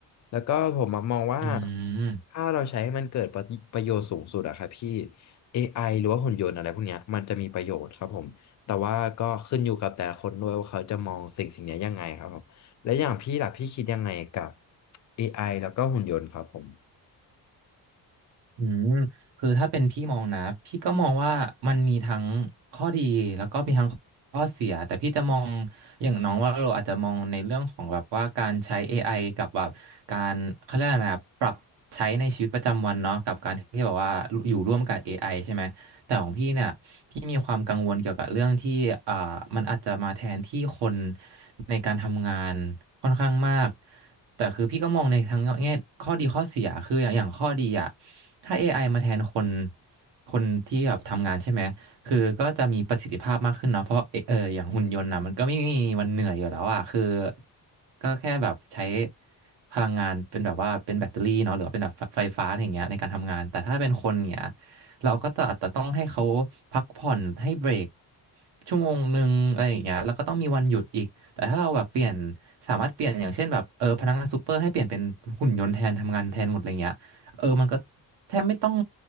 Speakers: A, on the left; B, on the right.
A: แล้วก็ผมมองว่า
B: อืม
A: ถ้าเราใช้ให้มันเกิดประประโยชน์สูงสุดอะครับพี่ AI หรือว่าหุ่นยนต์อะไรพวกเนี้ยมันจะมีประโยชน์ครับผม แต่ว่าก็ขึ้นอยู่กับแต่ละคนด้วยว่าเขาจะมองสิ่งสิ่งนี้ยังไงครับผมและอย่างพี่ล่ะพี่คิดยังไงกับ AI แล้วก็หุ่นยนต์ครับผม
B: อืมคือถ้าเป็นพี่มองนะพี่ก็มองว่ามันมีทั้งข้อดีแล้วก็มีทั้งข้อเสียแต่พี่จะมองอย่างน้องว่าเราอาจจะมองในเรื่องของแบบว่าการใช้ AI กับแบบการเขาเรียกอะไรนะปรับใช้ในชีวิตประจำวันเนาะกับการที่แบบว่าอยู่ร่วมกับ AI ใช่ไหมแต่ของพี่เนี่ยพี่มีความกังวลเกี่ยวกับเรื่องที่อ่ามันอาจจะมาแทนที่คนในการทำงานค่อนข้างมากแต่คือพี่ก็มองในทั้งแง่ข้อดีข้อเสียคืออย่างอย่างข้อดีอ่ะ ถ้า AI มาแทนคน คนที่แบบทำงานใช่ไหม คือก็จะมีประสิทธิภาพมากขึ้นเนาะเพราะเอเอออย่างหุ่นยนต์นะมันก็ไม่มีวันเหนื่อยอยู่แล้วอ่ะคือก็แค่แบบใช้พลังงานเป็นแบบว่าเป็นแบตเตอรี่เนาะหรือว่าเป็นแบบไฟฟ้าอะไรอย่างเงี้ยในการทำงาน แต่ถ้าเป็นคนอย่างเงี้ยเราก็จะอาจจะต้องให้เขาพักผ่อนให้เบรกชั่วโมงหนึ่งอะไรอย่างเงี้ยแล้วก็ต้องมีวันหยุดอีก แต่ถ้าเราแบบเปลี่ยนสามารถเปลี่ยนอย่างเช่นแบบเออพนักงานซูเปอร์ให้เปลี่ยนเป็นหุ่นยนต์แทนทำงานแทนหมดอะไรเงี้ยเออมันก็ แทบไม่ต้อง